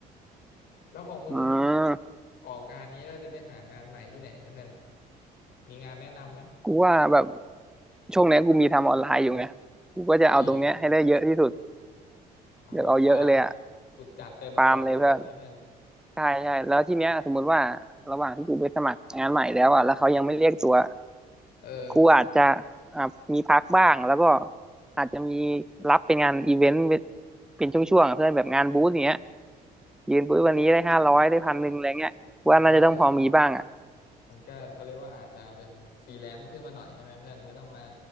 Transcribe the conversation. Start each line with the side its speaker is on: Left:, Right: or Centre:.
Left: แล้วของมึง
Centre: อืม
Left: ออกงานนี้แล้วจะไปหางานใหม่ที่ไหนเนี่ยเพื่อนมีงานแนะนำไหม
Centre: กูว่าแบบช่วงเนี้ยกูมีทำออนไลน์อยู่ไงกูก็จะเอาตรงเนี้ยให้ได้เยอะที่สุด
Left: อุ้ยอ่าแบบฟาร์ม
Centre: อยากเอาเยอะเลยอะ
Left: สุดจัดเต็มระบบเลยใช่ไหมเพื่อน
Centre: ฟาร์มเลยเพื่อนใช่ใช่แล้วทีเนี้ยสมมุติว่าระหว่างที่กูไปสมัครงานใหม่แล้วอะแล้วเขายังไม่เรียกตัว
Left: เออ
Centre: ครูอาจจะอ่ามีพักบ้างแล้วก็อาจจะมีรับเป็นงานอีเวนต์เป็นช่วงๆอะเพื่อนแบบงานบูธอย่างเงี้ยยืนบูธวันนี้ได้ห้าร้อยได้พันหนึ่งอะไรเงี้ยว่าน่าจะต้องพอมีบ้างอ่ะ
Left: อ่ามันก็เขาเรียกว่าอาจจะเป็นฟรีแลนซ์ขึ้นมาหน่อยใช่ไหมเพื่อนไม่ต้องมา